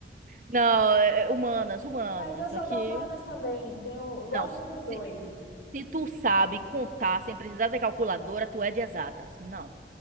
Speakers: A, on the right (about 45°); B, on the left (about 70°).
A: Não, é, é, humanas, humanas,
B: Mas eu sou
A: aqui...
B: da humanas também. Tenho, eu gosto
A: Não, se,
B: dos dois.
A: Se tu sabe contar sem precisar de calculadora, tu é de exatas. Não.